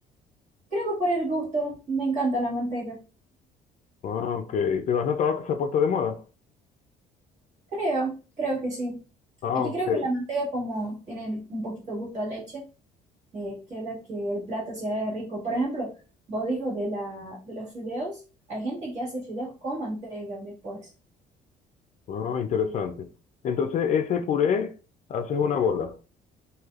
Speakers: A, on the right (about 45°); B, on the left (about 45°).
A: Creo que por el gusto me encanta la manteca.
B: Ah, ok. ¿Pero has notado que se ha puesto de moda?
A: Creo, creo que sí.
B: Ah,
A: Es que
B: ok.
A: creo que la manteca como tiene un poquito gusto a leche, eh, queda que el plato sea rico. Por ejemplo, vos dijo de la, de los fideos, hay gente que hace fideos con manteiga después.
B: Ah, interesante. Entonces, ese puré haces una bola